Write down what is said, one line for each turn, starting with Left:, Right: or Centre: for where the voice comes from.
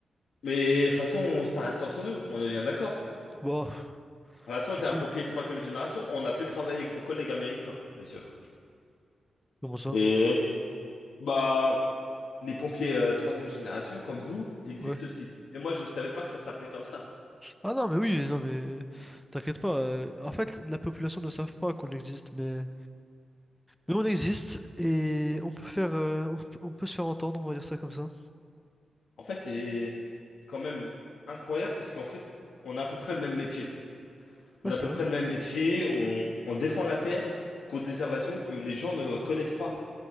Left: Mais de toute façon, ça reste entre nous, on est bien d'accord.
Centre: Bah,
Left: De toute façon,
Centre: tu
Left: t'es
Centre: sais.
Left: un pompier troisième génération, on a pu travailler avec vos collègues américains, bien sûr.
Centre: Comment ça?
Left: Et bah, les pompiers euh, troisième génération, comme vous, existent
Centre: Ouais.
Left: aussi. Et moi, je ne savais pas que ça s'appelait comme ça.
Centre: Ah non, mais oui, non, mais t'inquiète pas. euh, En fait, la population ne savent pas qu'on existe, mais... mais on existe et on peut faire, euh, on peut, on peut se faire entendre, on va dire ça comme ça.
Left: En fait, c'est quand même incroyable parce qu'en fait, on a à peu près le même métier. On
Centre: Ouais,
Left: a
Centre: c'est
Left: à peu
Centre: vrai.
Left: près le même métier, on, on défend la terre contre des invasions que les gens ne connaissent pas.